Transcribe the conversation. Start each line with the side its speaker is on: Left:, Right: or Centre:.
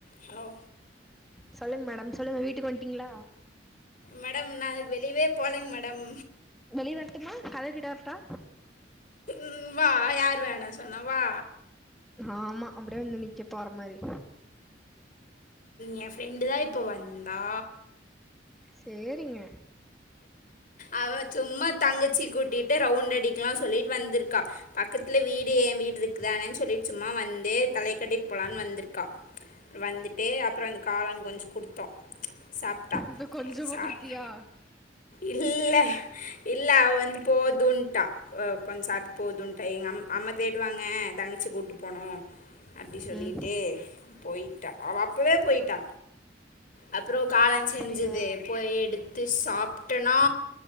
Left: ஹலோ
Centre: சொல்லுங்க மேடம் சொல்லுங்க வீட்டுக்கு வந்ட்டீங்ளா
Left: மேடம் நா வெளியவே போலைங்க மேடம்
Centre: வெளிய வரட்டுமா கதவு கிட்ட வரட்டா
Left: ம் வா யார் வேணாணு சொன்னா வா
Centre: ஆமா அப்டியே வந்து நிக்க போற மாரி
Left: ஏ ஃப்ரெண்டு தா இப்ப வந்தா
Centre: சேரிங்க
Left: அவ சும்மா தங்கச்சி கூட்டிட்டு ரவுண்ட் அடிக்கலா சொல்லிட்டு வந்துருக்கா பக்கத்துல வீடு ஏ வீடு இருக்குதானு சொல்லிட்டு சும்மா வந்து தலைய காட்டிட்டு போலான் வந்துருக்கா வந்துட்டு அப்புற அந்த காளன் கொஞ்சோ குடுத்தோ சாப்டா
Centre: இது கொஞ்சமா
Left: சாப்டு
Centre: குடுத்தியா
Left: இல்ல இல்ல அவ வந்து போதுன்ட்டா கொஞ்ச சாப்டு போதுன்ட்டா எங் அம்ம தேடுவாங்க தங்கச்சி கூப்ட்டு போனு அப்டி சொல்லிட்டு
Centre: ம்
Left: போயிட்டா அவ அப்பவே போய்ட்டா அப்புற காலான்
Centre: அப்படியா
Left: செஞ்சுது போய் எடுத்து சாப்ட்டனா